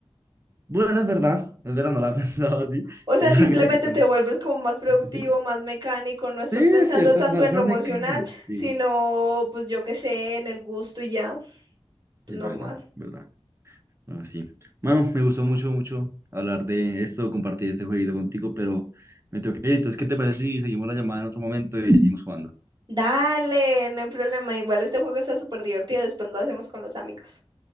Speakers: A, on the right (about 25°); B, on the right (about 40°).
A: Bueno, es verdad, es verdad, no la he <laughs> pensado así,
B: O sea,
A: pero
B: simplemente
A: que te quitan.
B: te vuelves como más productivo,
A: Sí, sí, sí.
B: más mecánico, no estás
A: Sí, es
B: pensando
A: cierto,
B: tanto
A: es más,
B: en
A: es más
B: lo emocional,
A: mecánico, sí,
B: sino pues yo qué sé, en el gusto y ya, pues,
A: es
B: normal.
A: verdad, verdad. Ah, sí. Mano, me gustó mucho, mucho hablar de esto, compartir este jueguito contigo, pero me tengo que ir. Entonces, ¿qué te parece si seguimos la llamada en otro momento y seguimos jugando?
B: Dale, no hay problema, igual este juego está súper divertido, después lo hacemos con los amigos.